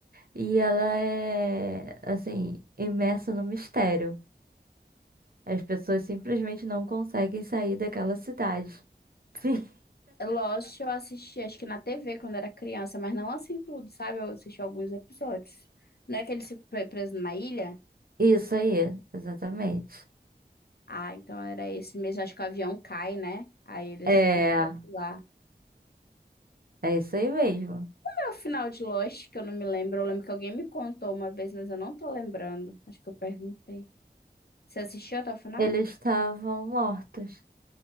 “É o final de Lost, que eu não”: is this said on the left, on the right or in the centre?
Left